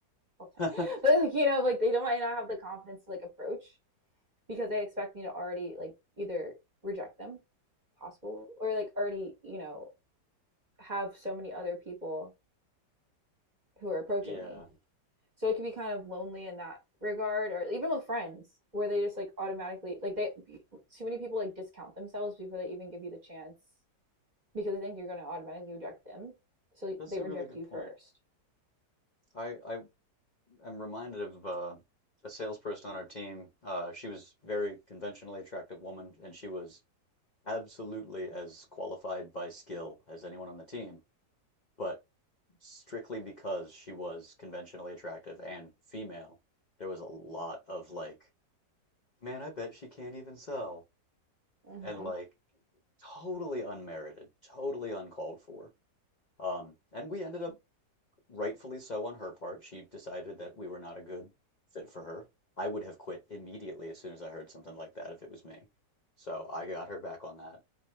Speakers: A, on the right; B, on the left.
A: all the
B: <laughs>
A: time, <laughs> but like, you know, like they don't might not have the confidence to like approach because they expect me to already like either reject them, possible, or like already you know have so many other people who are approaching
B: yeah,
A: me. So it could be kind of lonely in that regard, or even with friends where they just like automatically like they too many people like discount themselves before they even give you the chance because I think you're going to automatically reject them. So
B: that's
A: they
B: a
A: reject
B: really good
A: you
B: point.
A: first.
B: I I am reminded of uh, a salesperson on our team. Uh, she was very conventionally attractive woman, and she was absolutely as qualified by skill as anyone on the team. But strictly because she was conventionally attractive and female, there was a lot of like, man, I bet she can't even sell.
A: hmm
B: And like totally unmerited, totally uncalled for. Um, and we ended up rightfully so on her part. She decided that we were not a good fit for her. I would have quit immediately as soon as I heard something like that if it was me. So I got her back on that.